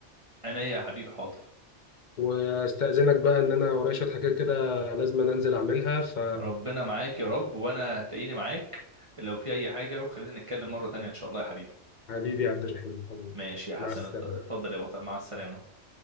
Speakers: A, on the right (about 30°); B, on the left (about 45°).
A: عينيا يا حبيبي حاضر
B: واستأذنك بقى ان انا ورايا شوية حاجات كده لازم أنا انزل اعملها ف
A: ربنا معاك يا رب وأنا هتلاقيني معاك لو في أي حاجة وخلينا نتكلم مرة تانية إن شاء الله يا حبيبي
B: حبيبي عبد الرحيم حبيبي
A: ماشي يا حسن
B: مع السلامة
A: اتفضل يا بطل مع السلامة